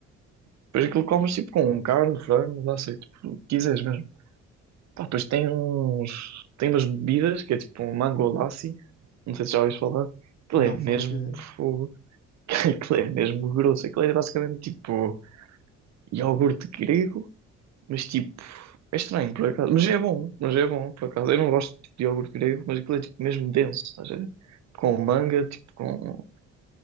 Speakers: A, on the right (about 65°); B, on the left (about 35°).
A: Depois aquilo comes tipo com carne, frango, lá sei, tipo, o que quiseres mesmo. Pá, depois tem uns, tem umas bebidas que é tipo um mango lassi, não sei se já ouviste falar. Aquilo
B: Não
A: é mesmo
B: faço ideia.
A: fogo. <laughs> Aquilo é mesmo grosso. Aquilo é basicamente tipo iogurte grego, mas tipo. É estranho, por acaso. Mas é bom, mas é bom, por acaso. Eu não gosto tipo, de iogurte grego, mas aquilo é tipo mesmo denso, estás a ver? Com manga, tipo com.